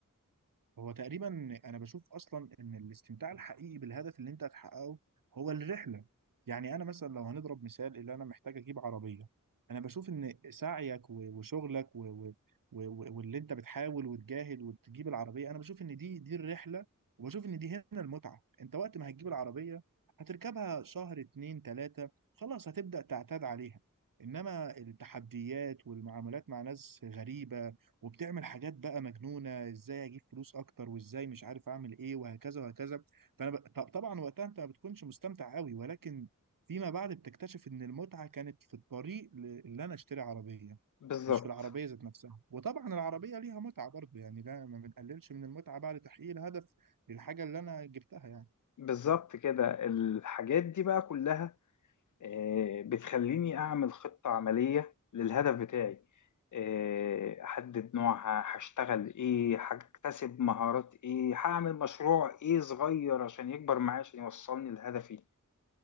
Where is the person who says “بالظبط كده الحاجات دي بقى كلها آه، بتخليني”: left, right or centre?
Left